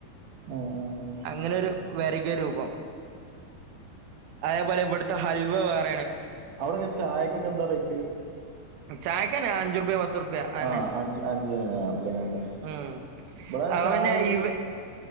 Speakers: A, on the right; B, on the right.
A: ആഹ് ആഹ് ആഹ്
B: അങ്ങനെരു വറകിയ രൂപം അതേപോലെ ഇവിടുത്തെ ഹൽവ വേറെ
A: അവിടെൊക്കെ ചായക്കൊക്കെ എന്താ റേറ്റ്
B: ചായക്കന്നെ അഞ്ചുറുപ്യ പത്തുറുപ്യ അതന്നെ
A: ആഹ അഞ്ച് അഞ്ച് അടെ തന്നെ
B: ഉം
A: ഇടെ
B: അത്
A: ചായ
B: പിന്നെ ഇവ